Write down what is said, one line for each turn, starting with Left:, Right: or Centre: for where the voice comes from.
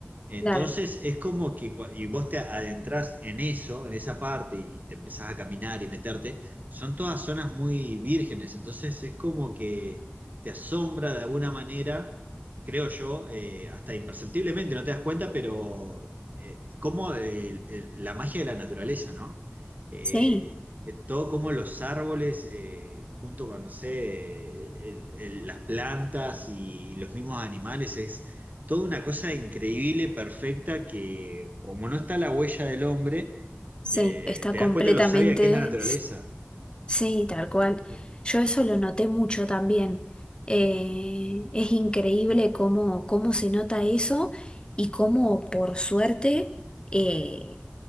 Right: Entonces
Left: claro,
Right: es como que cua- y vos te adentrás en eso, en esa parte, y te empezás a caminar y meterte, son todas zonas muy vírgenes, entonces es como que te asombra de alguna manera, creo yo, eh, hasta imperceptiblemente, no te das cuenta, pero eh, como el- el- la magia de la naturaleza, ¿no? Eh,
Left: sí,
Right: eh, todo como los árboles, eh, junto con, no sé, el- el- las plantas y los mismos animales, es toda una cosa increíble, perfecta, que como no está la huella del hombre,
Left: sí,
Right: eh,
Left: está
Right: te
Left: completamente...
Right: das cuenta de lo sabia que es la naturaleza.
Left: Sí, tal cual.
Right: Eh,
Left: Yo eso lo noté mucho también. Eh, es increíble cómo, cómo se nota eso y cómo por suerte, eh,